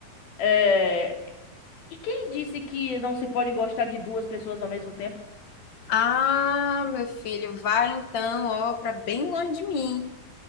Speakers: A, on the left; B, on the left.
A: é... E quem disse que não se pode gostar de duas pessoas ao mesmo tempo?
B: Ah, meu filho, vai então, ó, pra bem longe de mim.